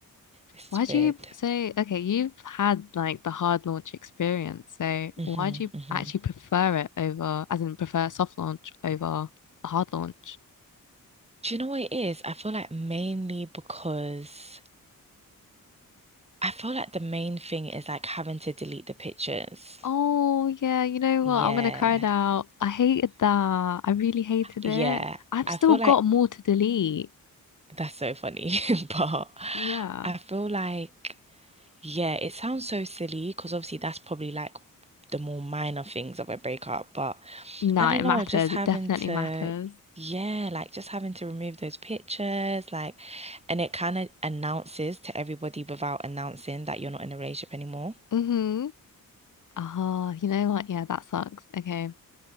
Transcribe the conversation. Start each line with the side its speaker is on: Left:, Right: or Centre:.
Right: It's
Left: Why do
Right: weird.
Left: you so okay, you've had like the hard launch experience, so
Right: hmm
Left: why do you
Right: hmm
Left: actually prefer it over, as in prefer soft launch over a hard launch?
Right: Do you know what it is? I feel like mainly because I feel like the main thing is like having to delete the pictures.
Left: Oh yeah, you know
Right: Yeah.
Left: what? I'm gonna cry now.
Right: <laughs>
Left: I hated that. I really hated
Right: Yeah.
Left: it. I've
Right: I
Left: still
Right: feel
Left: got
Right: like
Left: more to delete.
Right: that's so funny, <laughs> but
Left: Yeah.
Right: I feel like, yeah, it sounds so silly because obviously that's probably like the more minor things of a breakup, but
Left: No,
Right: I don't
Left: it
Right: know,
Left: matters.
Right: just having
Left: It definitely
Right: to,
Left: matters.
Right: yeah, like just having to remove those pictures, like, and it kind of announces to everybody without announcing that you're not in a relationship anymore.
Left: Mm-hmm. Oh, you know what? Yeah, that sucks. Okay.